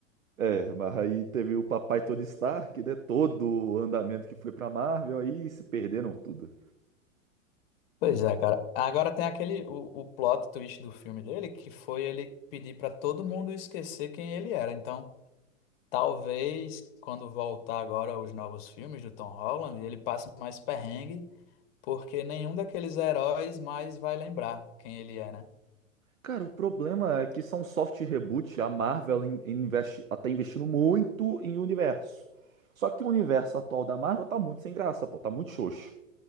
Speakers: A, on the right; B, on the left.
A: É, mas aí teve o papai Tony Stark, né? Todo o andamento que foi pra Marvel, aí se perderam tudo.
B: Pois é, cara. Agora tem aquele o, o plot twist do filme dele que foi ele pedir pra todo mundo esquecer quem ele era. Então, talvez quando voltar agora os novos filmes do Tom Holland, ele passe mais perrengue, porque nenhum daqueles heróis mais vai lembrar quem ele é, né?
A: Cara, o problema é que são soft reboot, a Marvel ela in- investe, ela tá investindo muito em universo. Só que o universo atual da Marvel tá muito sem graça, pô, tá muito xoxo.